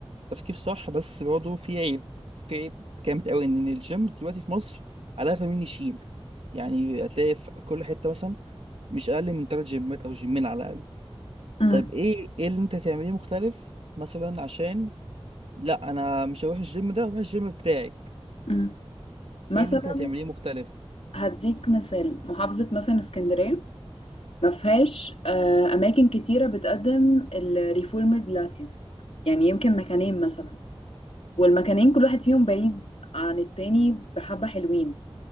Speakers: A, on the right (about 80°); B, on the left (about 85°).
A: تفكير صح بس برضه في عيب في عيب جامد قوي ان الجيم دلوقتي في مصر على قفا مين يشيل يعني هتلاقي في كل حته مثلا مش اقل من تلات جيمات او جيمين على الاقل
B: مم.
A: طيب ايه ايه اللي انت هتعمليه مختلف مثلا عشان لا انا مش هروح الجيم ده هروح الجيم بتاعك
B: مم. مثلا
A: ايه اللي انت هتعمليه مختلف
B: هديك مثال محافظة مثلا اسكندرية ما فيهاش آه، أماكن كتيرة بتقدم الريفورمر بلاتيز يعني يمكن مكانين مثلا والمكانين كل واحد فيهم بعيد عن التاني بحبة حلوين